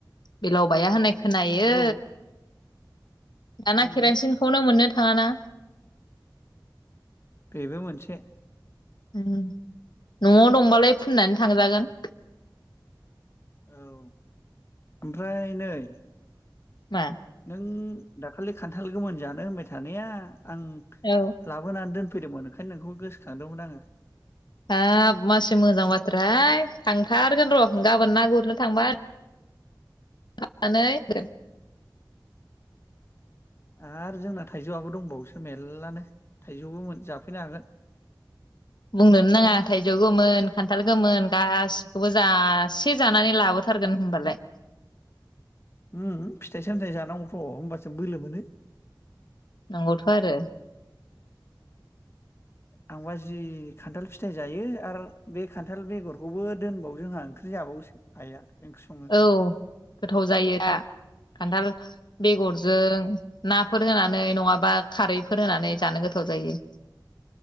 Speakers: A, on the left; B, on the left.
A: बेलाव बाया होननाय‌ खोनायो
B: औ
A: दाना
B: उम
A: केरासिनखौनो मोननो थ थाङा ना
B: बेबो मोनसे
A: उम न'आव दंबालाय फुननानै थांजागोन।
B: औ ओमफ्राय नै
A: मा?
B: नों दाखालि खान्थाल गोमोन जानो होनबाय थानाया आं
A: औ
B: लाबोनानै दोन फैदोंमोन ओंखायनो नोंखौ गोसोखांदोंमोन आङो।
A: हाब मानसि मोजां बाथ्राहाय थांथारगोन र' गाबोन ना गुरनो थांबा । थानानै जोब
B: आरो जोंना थाइजौआबो दंबावोसो मेललानो। थाइजौ गोमोन जाफैनो हागोन।
A: बुंनोनो नाङा थाइजौ गोमोन खान्थाल गोमोन गासिखौबो जासे जानानै लाबोथारगोन होनबालाय
B: उम फिथाइ सामथाय जानांगौथ' होमबासो बोलो मोनो।
A: नंगौथ' आरो
B: आंबा जि खान्थाल फिथाय जायो आरो बे खान्थाल बेगरखौबो दोनबावो जोंहा ओंख्रि जाबावोसो आइआ। ओंख्रि सङो
A: औ गोथाव जायो दा खान्थाल बेगरजों नाफोर होनानै नङाबा खारैफोर होनानै जानो गोथाव जायो।